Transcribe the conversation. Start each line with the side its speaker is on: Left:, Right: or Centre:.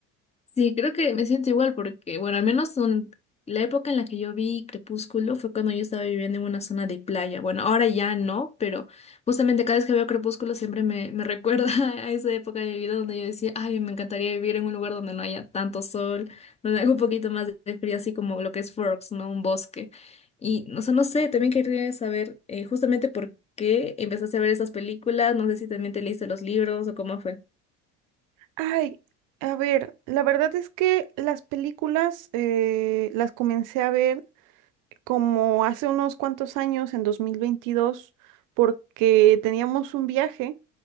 Left: Sí, creo que me siento igual porque, bueno, al menos son- la época en la que yo vi Crepúsculo fue cuando yo estaba viviendo en una zona de playa. Bueno, ahora ya no, pero justamente cada vez que veo Crepúsculo siempre me, me recuerda <laughs> a esa época de mi vida donde yo decía, ay, me encantaría vivir en un lugar donde no haya tanto sol, donde haga un poquito más de frío, así como lo que es Forks, ¿no? Un bosque. Y, o sea, no sé, también quería saber eh, justamente por qué empezaste a ver esas películas, no sé si también te leíste los libros o cómo fue.
Right: Ay, a ver, la verdad es que las películas eh, las comencé a ver como hace unos cuantos años, en 2022 porque teníamos un viaje.